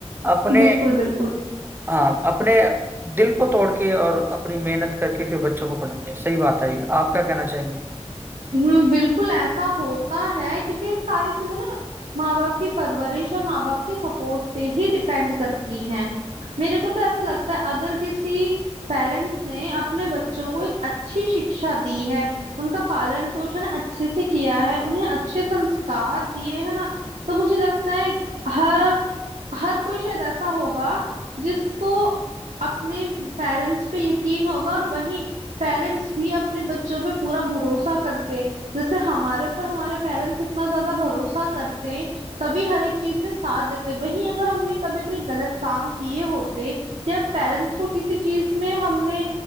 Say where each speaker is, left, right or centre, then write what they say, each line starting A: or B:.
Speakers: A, on the right; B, on the right.
A: अपने
B: बिल्कुल बिल्कुल
A: हाँ अपने दिल को तोड़ के और अपनी मेहनत करके फिर बच्चों को पढ़ाते हैं सही बात है ये। आप क्या कहना चाहेंगे
B: हम्म बिल्कुल ऐसा होता है क्योंकि सारी चीजें ना माँ बाप की परवरिश और माँ बाप के सपोर्ट पे ही डिपेंड करती हैं मेरे को तो ऐसा लगता है अगर किसी पेरेंट्स ने अपने बच्चों को एक अच्छी शिक्षा दी है उनका पालन पोषण अच्छे से किया है उन्हें अच्छे संस्कार दिए है ना तो मुझे लगता है हर हर कोई शायद ऐसा होगा जिसको अपने पेरेंट्स पे यकीन होगा और वही पेरेंट्स भी अपने बच्चों पे पूरा भरोसा करते हैं जैसे हमारे ऊपर हमारे पेरेंट्स इतना ज्यादा भरोसा करते हैं तभी हर एक चीज में साथ देते हैं। वहीं अगर हमने कभी कोई गलत काम किए होते या पेरेंट्स को किसी चीज में हमने